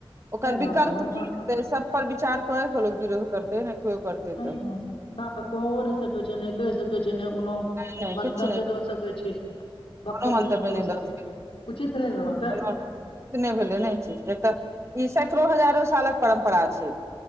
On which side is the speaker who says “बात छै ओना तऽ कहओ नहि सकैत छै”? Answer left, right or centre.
Left